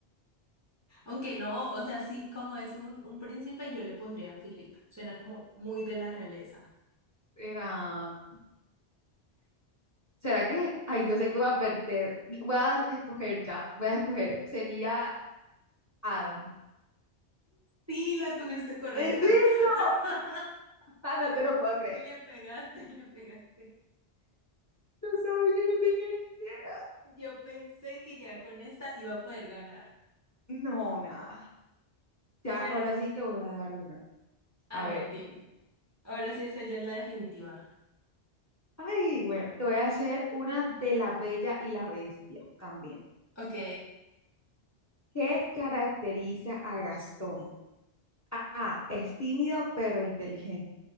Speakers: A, on the right (about 20°); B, on the left (about 15°).
A: Aunque no, o sea, sí, como es un, un príncipe, yo le pondría a Philip. Suena como muy de la realeza.
B: Era, ¿será que? Ay, yo sé que voy a perder. Voy a escoger ya, voy a escoger. Sería Adam.
A: Sí, la tuviste correcta.
B: ¿En serio?
A: <laughs>
B: Ah, no te lo puedo creer.
A: Le pegaste, le pegaste.
B: No sabía, no tenía ni idea.
A: Yo pensé que ya con esta iba a poder ganar.
B: No, nada. Ya,
A: Pero,
B: ahora sí te voy a dar una.
A: a
B: A
A: ver,
B: ver.
A: dime. Ahora sí, esta ya es la definitiva.
B: Ay, bueno, te voy a hacer una de La Bella y la Bestia también.
A: Ok,
B: ¿Qué caracteriza a Gastón? A, es tímido pero inteligente.